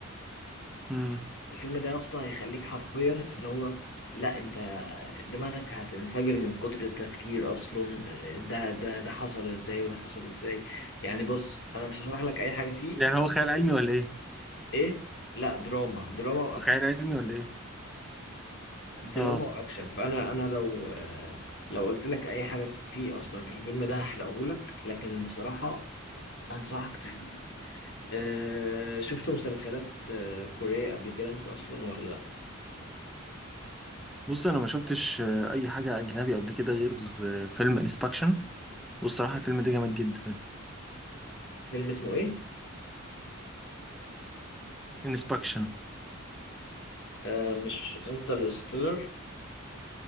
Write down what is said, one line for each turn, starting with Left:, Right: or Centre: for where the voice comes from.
Centre: امم
Left: الفيلم ده يا اسطى هيخليك حرفيا اللي هو لا انت دماغك هتنفجر من كتر التفكير اصلا آه، ده ده ده حصل ازاي وده حصل ازاي يعني بص انا مش هشرح لك اي حاجه فيه
Centre: يعني هو خيال علمي ولا إيه؟
Left: ايه لا دراما دراما واكشن
Centre: خيال علمي ولا إيه؟
Left: دراما
Centre: آه
Left: واكشن فانا انا لو آه، لو قلت لك اي حاجه فيه اصلا في الفيلم ده هحرقه لك لكن بصراحه انصحك تشوفه أه شفت مسلسلات آه، كوريه قبل كده انت اصلا ولا لا
Centre: بص أنا ما شفتش آه، أي حاجة أجنبي قبل كده غير آه، فيلم انسبكشن والصراحة الفيلم ده جامد جدا
Left: فيلم اسمه ايه
Centre: انسبكشن
Left: أه مش انترستيلر